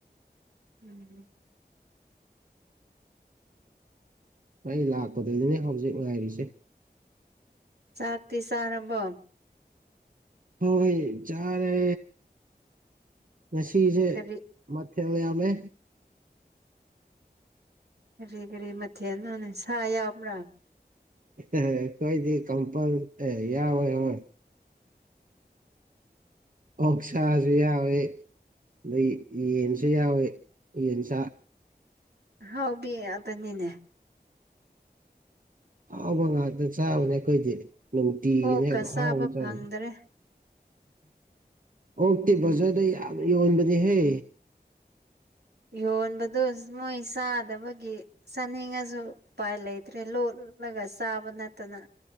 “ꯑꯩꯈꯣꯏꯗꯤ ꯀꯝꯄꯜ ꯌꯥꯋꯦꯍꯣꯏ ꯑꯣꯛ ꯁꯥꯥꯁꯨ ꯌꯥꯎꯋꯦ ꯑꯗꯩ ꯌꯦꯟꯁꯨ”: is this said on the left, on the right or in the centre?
Right